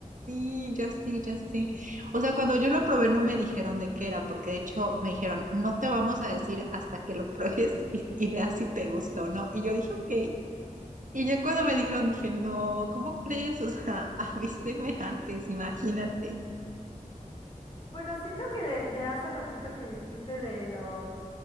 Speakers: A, on the right; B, on the left.
A: Sí, ya sé, ya sé. O sea, cuando yo lo probé no me dijeron de qué era, porque de hecho me dijeron, no te vamos a decir hasta que lo pruebes <laughs> y, y veas si te gusta o no. Y yo dije, ok. Y ya cuando me dijeron,
B: Manches.
A: dije, no, ¿cómo crees? O sea, <laughs> avíseme antes, imagínate.
B: Bueno, siento que de, de hace ratito que dijiste de los